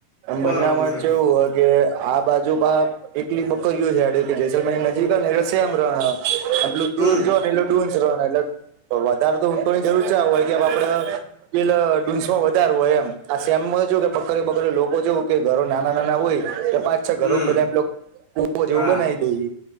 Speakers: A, on the left; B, on the right.
A: બરોબર
B: બંનેમાં
A: છે
B: ચેઉ હ કે આ બાજુ પાહ એકલી બકરીઓ જ હેડે કે જેસલમેરની નજીક ને એટલે શેમ રણ એટલું દૂર
A: હમ
B: જો ને એટલું ડૂઝરણ ને એટલે વધારે તો ઊંટોની જરૂર ચાણ હોય કે આપડે પેલ ડુંનસ માં વધાર હોય એમ. આ શેમમાં જો કે બકરે બકરે લોકો જોવું કે ઘરો નાના નાના હોય કે પાંચ છ ઘરોમાં
A: હમ
B: <unintelligible> ઉપો જેવું
A: હા
B: બનાઈ દઈએ